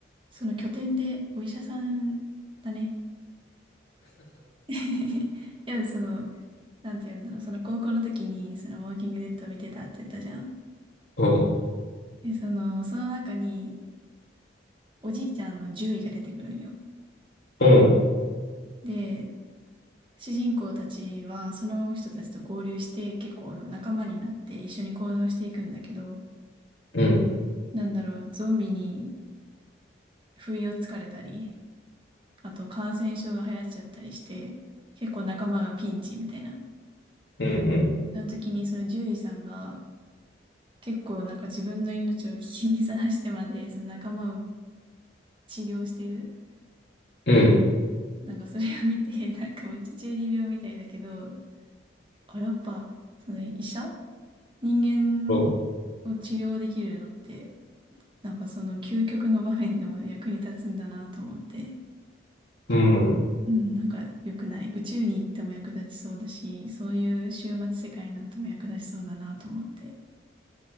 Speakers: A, on the right; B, on the left.
A: その拠点でお医者さんだね。<laughs> いや、その、なんて言うんだろう、その高校の時に、そのウォーキングデッドを見てたって言ったじゃん。
B: うん、
A: で、その、その中に、おじいちゃんの獣医が出てくるんよ。
B: うん、
A: で、主人公たちは、その人たちと合流して、結構あの仲間になって一緒に行動していくんだけど、
B: うん、
A: なんだろう、ゾンビに不意をつかれたり、あと感染症が流行っちゃったりして、結構仲間がピンチみたいな。
B: うん、うん。
A: その時にその獣医さんが、結構なんか自分の命を危機にさらしてまで、その仲間を治療してる。
B: うん
A: なんかそれを見て、なんかめっちゃ中二病みたいだけど、あ、やっぱ、その医者人
B: そ
A: 間を治療できるのって、なんかその究極の場面でも役に立つんだなと思って、
B: う。うん。
A: うん、なんか良くない。宇宙に行っても役立ちそうだし、そういう終末世界になっても役立ちそうだなと思って、